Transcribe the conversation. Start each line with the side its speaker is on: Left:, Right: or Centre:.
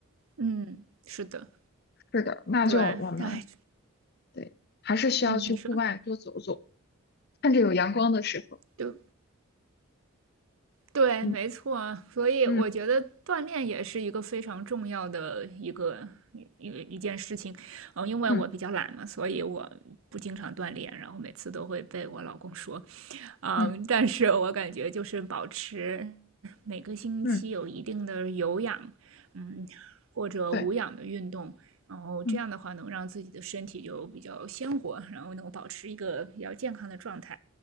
Right: 嗯，是的，
Left: 是的，那就我们
Right: 对，哎，
Left: 对，还是需要去户外多走走，
Right: 嗯，你说，
Left: 趁着有阳光的时候。
Right: 对，对，
Left: 嗯
Right: 没错啊，所以我觉得锻炼也是一个非常重要的一个一一一件事情。
Left: 嗯。
Right: 嗯，因为我比较懒嘛，
Left: 嗯
Right: 所以我不经常锻炼，然后每次都会被我老公说，嗯，
Left: 嗯
Right: 但是我感觉就是保持每个星期有一定的有氧，
Left: 嗯，
Right: 嗯，或者无氧的运动，
Left: 对，
Right: 然后这样的话能让自己的身体就比较鲜活，
Left: 嗯，
Right: 然后能保持一个比较健康的状态。